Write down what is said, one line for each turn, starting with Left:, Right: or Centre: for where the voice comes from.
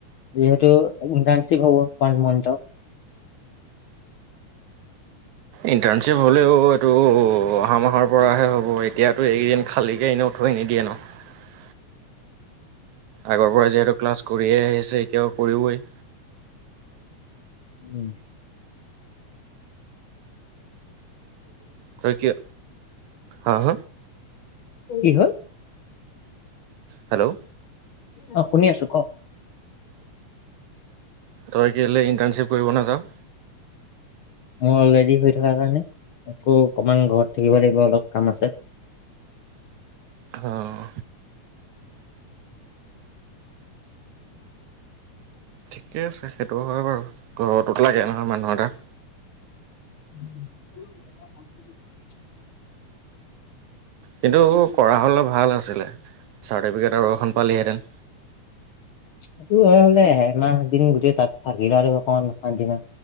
Left: যিহেতু ইণ্টাৰ্ণশ্বিপ হব ওৱান মানথৰ
Right: ইণ্টাৰ্ণশ্বিপ হ'লেও এইটো অহা মাহৰ পৰাহে হ'ব এতিয়াতো এইকেইদিন খালীকে এনেই থৈ নিদিয়ে নহ। আগৰ পৰা যিহেতু ক্লাছ কৰিয়েই আহিছে এতিয়াও কৰিবই।
Left: উম
Right: তই কিয়, হাহ
Left: কি হ'ল?
Right: হেল্ল'
Left: অহ শুনি আছো কঅ উম
Right: তই কেলে ইণ্টাৰ্ণশ্বিপ কৰিব নাযাওঁ?
Left: মোৰ অলৰেডি হৈ থকা কাৰণে আকৌ অকনমান ঘৰত থাকিব লাগিব, অলপ কাম আছে।
Right: অঁ ঠিকে আছে সেইটো হয় বাৰু ঘৰটোত লাগে নহয় মানুহ এটা
Left: উম
Right: কিন্তু কৰা হ'লে ভাল আছিলে চাৰ্টিফিকেট আৰু এখন পালিহেঁতেন।
Left: স হলে এমাহ দিন গোটেই তাত থাকিলো আৰু অকমান পদিনা